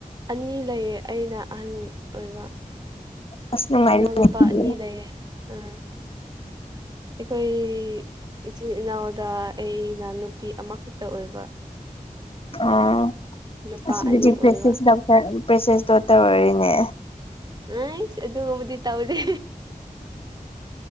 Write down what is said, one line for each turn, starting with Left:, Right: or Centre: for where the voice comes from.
Right: ꯑꯅꯤ ꯂꯩꯌꯦ ꯑꯩꯅ ꯑꯍꯟ ꯑꯣꯏꯕ
Left: ꯑꯁ ꯅꯨꯡꯉꯥꯏꯔꯤꯅꯦ
Right: ꯏꯅꯥꯎꯅꯨꯄꯥ
Left: ꯑꯗꯨꯗꯤ
Right: ꯑꯅꯤ ꯂꯩꯌꯦ ꯑꯥ ꯑꯩꯈꯣꯏ ꯏꯆꯤꯟ ꯏꯅꯥꯎꯗ ꯑꯩꯅ ꯅꯨꯄꯤ ꯑꯃꯈꯛꯇ ꯑꯣꯏꯕ
Left: ꯑꯣ
Right: ꯅꯨꯄꯥ
Left: ꯑꯁꯤꯕꯨꯗꯤ
Right: ꯑꯅꯤ ꯑꯣꯏꯕ
Left: ꯄ꯭ꯔꯦꯁꯦꯁ ꯄ꯭ꯔꯦꯁꯦꯁ ꯗꯣꯇꯔ ꯑꯣꯏꯔꯤꯅꯦ
Right: ꯑꯁ ꯑꯗꯨꯒꯨꯝꯕꯗꯤ ꯇꯧꯗꯦ